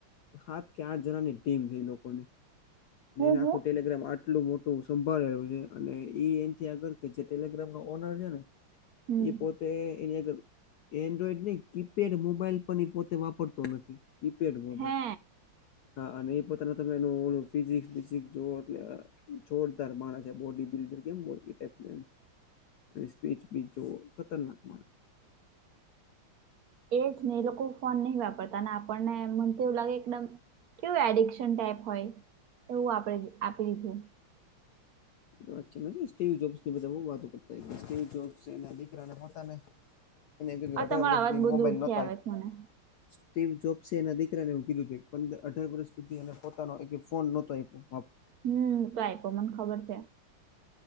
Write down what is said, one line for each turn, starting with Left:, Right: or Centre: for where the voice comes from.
Left: સાત કે આઠ જણા ની ટીમ છે લોકોની. અને
Right: હું
Left: એને આખું
Right: હું
Left: ટેલિગ્રામ આટલું મોટું સંભાળેલું છે અને એ એથી આગળ કે જે ટેલીગ્રામ. ઓનર છે ને
Right: હમ
Left: એ પોત તે એની આગળ એન્ડ્રોઈડ ની કીપેડ મોબાઈલ પણ એ પોતે વાપરતો નથી. કીપેડ મોબાઈલ
Right: હે
Left: હા અને એ પોતાનું તમે એનું ઓલું ફિઝિકસ બિજીક્સજોવ એટલે. જોરદાર માણસે બોડી બિલ્ડર કેમ હોય એ ટાઈપ એમ. સ્પીચ બી જોવો ખતરનાક મા.
Right: એ જ ને એ લોકો ફોન નહી વાપરતા આપણને મન તો એવું લાગે એકદમ કેવું એડિક્શન ટાઈપ. હોય એવું આપ આપી દીધું.
Left: વાત સ જોબ્ની બધ બ વાતો કરતા એ પોતા ના દીકરા પોને.
Right: <inaudible>
Left: એને એવું કીધું અઢાર
Right: તમારો
Left: વર્ષ
Right: અવાજ
Left: સુધી એને
Right: બહુ
Left: મોબાઈલ
Right: દૂરથી
Left: ન અપાય.
Right: આવે છે મને
Left: સ્ટીવ જોબ્સે એના દીકરાને એવુ કીધું પંદર અઢાર વર્ષ સુધી એ પોતાનો ફોન નહોતો આપ્યો ત
Right: હમ પાઈપો મને ખબર છે.